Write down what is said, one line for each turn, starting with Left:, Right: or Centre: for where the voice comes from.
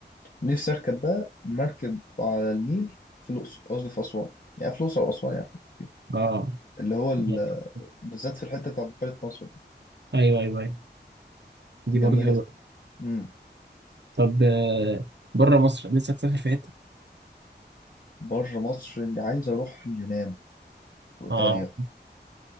Left: نفسي أركب بقى مركب على النيل في الأقصر قصدي في أسوان يعني في الأقصر أو أسوان يعني حتة فيهم
Right: اه
Left: اللي هو ال...
Right: <laughs>
Left: <laughs> بالذات في الحتة بتاع بحيرة ناصر دي
Right: ايوه ايوه ايوه دي
Left: جميلة
Right: برضه حلوه
Left: الصراحة امم
Right: طب آه، بره مصر نفسك تسافر في حته
Left: بره مصر اللي عايز أروح اليونان وإيطاليا
Right: اه